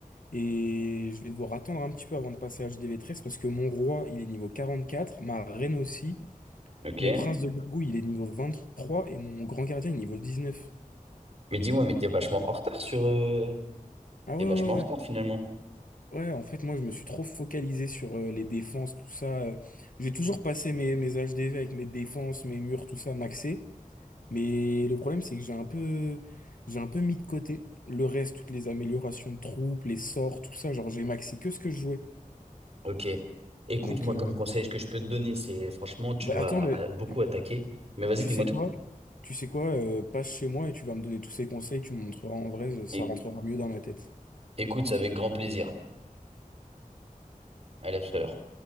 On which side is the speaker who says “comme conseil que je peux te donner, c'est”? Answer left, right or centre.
Right